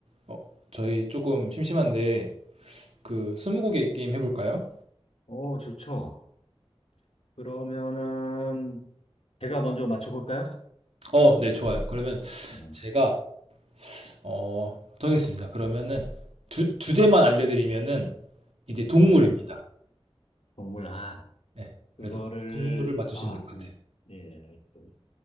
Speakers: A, on the right; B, on the left.
A: 어, 저희 조금 심심한데 그 스무고개 게임 해볼까요?
B: 오, 좋죠. 그러면은 제가 먼저 맞춰볼까요?
A: 어, 네, 좋아요. 그러면
B: 음,
A: 제가 어, 정했습니다. 그러면은 주, 주제만 알려드리면은 이제 동물입니다.
B: 네. 동물, 아,
A: 네,
B: 그거를,
A: 그래서 동물을 맞추시면
B: 아,
A: 될 것 같아요.
B: 음, 예, 예, 알겠습니다.